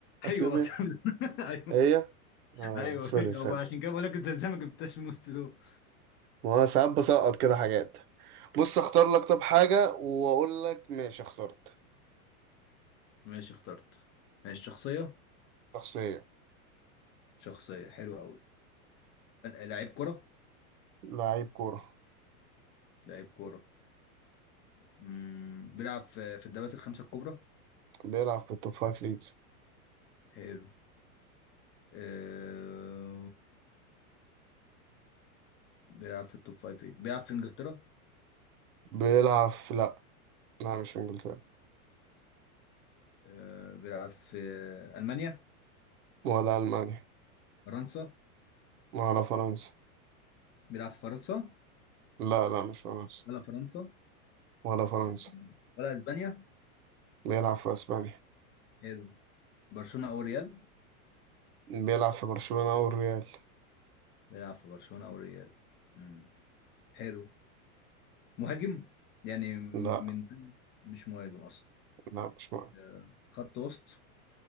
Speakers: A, on the right; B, on the left.
A: اثيوبيا
B: ايوه اصلا <laughs> ايوه
A: إيه هي اه
B: ايوه
A: سوري
B: ايوه
A: سوري
B: عشان كده بقول لك انت ازاي ما جبتهاش من وسط دول
A: ما هو ساعات بسقط كده حاجات بص اختار لك طب حاجة واقول لك ماشي اخترت
B: ماشي اخترت ماشي شخصيه
A: شخصية
B: شخصيه حلوه قوي لعيب كره
A: لعيب كورة
B: لعيب كره مم، بيلعب في في الدوريات الخمسه الكبرى
A: بيلعب في التوب فايف ليجز
B: حلو أه... بيلعب في التوب فايف بيلعب في انجلترا
A: بيلعب في لا لا مش في انجلترا
B: آه، بيلعب في ألمانيا
A: ولا المانيا
B: فرنسا
A: ولا فرنسا
B: بيلعب في فرنسا
A: لا لا مش فرنسا
B: ولا فرنسا
A: ولا فرنسا
B: آه، ولا اسبانيا
A: بيلعب في اسبانيا
B: حلو برشلونة او ريال
A: بيلعب في برشلونة او الريال
B: بيلعب في برشلونة او ريال مم. حلو مهاجم يعني م-
A: لا
B: من مش مهاجم اصلا
A: لا مش معاه
B: آه، خط وسط